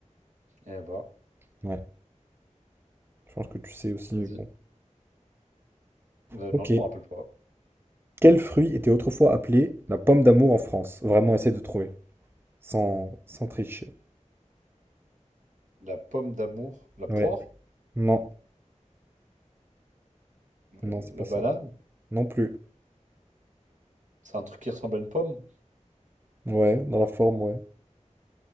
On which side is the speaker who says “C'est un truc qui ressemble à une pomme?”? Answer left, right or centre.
Right